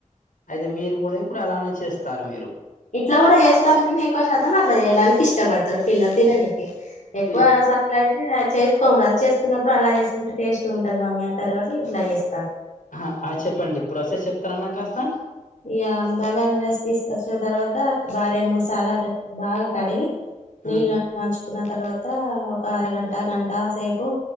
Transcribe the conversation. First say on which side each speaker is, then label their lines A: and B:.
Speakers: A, on the left (about 85°); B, on the left (about 70°).
A: అయితే మీరు కూడా ఇప్పుడు అలానే చేస్తారు మీరు
B: ఇట్లకూడా చేస్తాను నీ ఎక్కువ శా అట్లచేయడానికి ఇష్ ఇష్టపడతాడు పిల్లలు తిననికి ఎక్కువ
A: పి
B: సార్లు అయితే చేసుకోం కదా చేసుకున్నప్పుడు అలా చేసుకుంటే టేస్ట్ చిగుంటది మమ్మీ అంటారు కాబట్టి ఇంట్ల చేస్
A: ఆ అ చెప్పండి ప్రోసెస్ చెప్తారా నా కాస్ బ
B: ఇగ బగార రైస్ తీసుకొచ్చిన తర్వాత బా రెండు మూడు సార్ల క బాగ్ కడిగి నీల్ల
A: ఆ,
B: న్ చ్ న్న తర్వాత ఒక అరగంట గంట సేపు